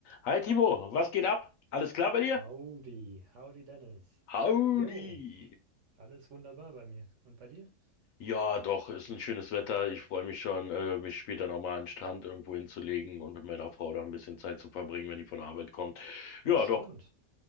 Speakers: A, on the left; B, on the right.
A: Hi Timo, was geht ab? Alles klar bei
B: Howdy,
A: dir?
B: howdy Dennis.
A: Howdy!
B: Jo, alles wunderbar bei mir. Und bei dir?
A: Ja, doch, ist ein schönes Wetter. Ich freue mich schon, äh, mich später nochmal an den Strand irgendwo hinzulegen und mit meiner Frau da ein bisschen Zeit zu verbringen, wenn die von der Arbeit kommt.
B: An
A: Ja,
B: Strand.
A: doch.